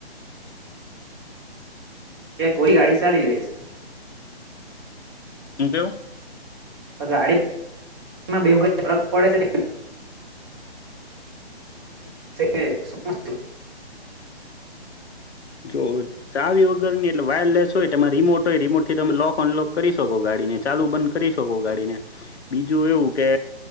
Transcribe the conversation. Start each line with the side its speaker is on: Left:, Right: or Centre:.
Right: કે કોઈ ગાડી ચાલી જાય છે.
Left: હું કેવું?
Right: ગાડી બે ફરક પડે છે. સરખું <inaudible>
Left: જો ચાવી વગર ની એટલે વાયરલેસ હોય. એમાં રિમોટ હોય રિમોટ થી. તમે લોક અનલોક કરી શકો ગાડી ચાલુ બંધ કરી શકો ગાડીને. બીજું એવું કે